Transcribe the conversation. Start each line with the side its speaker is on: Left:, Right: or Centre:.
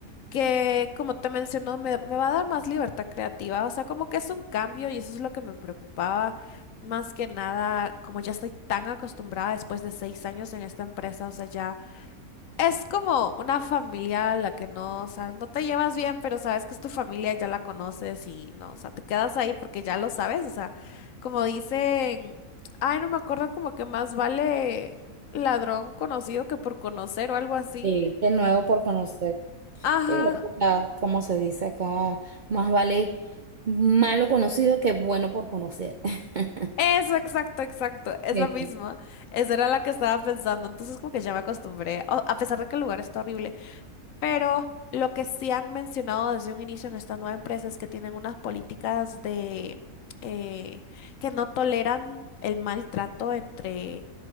Left: que, como te mencionó, me, me va a dar más libertad creativa. O sea, como que es un cambio y eso es lo que me preocupaba. Más que nada, como ya estoy tan acostumbrada después de seis años en esta empresa, o sea, ya es como una familia a la que no, o sea, no te llevas bien, pero sabes que es tu familia, ya la conoces y no, o sea, te quedas ahí porque ya lo sabes, o sea, como dicen, ay, no me acuerdo como que más vale ladrón conocido que por conocer o algo así.
Right: Sí, qué nuevo por conocer.
Left: Ajá,
Right: Igual, o sea, como se dice acá, más vale malo conocido que bueno por conocer. <laughs>
Left: Eso, exacto, exacto, esa
Right: Sí,
Left: misma. Esa era la que estaba pensando, entonces como que ya me acostumbré, o- a pesar de que el lugar está horrible, pero lo que sí han mencionado desde un inicio en esta nueva empresa es que tienen unas políticas de eh, que no toleran el maltrato entre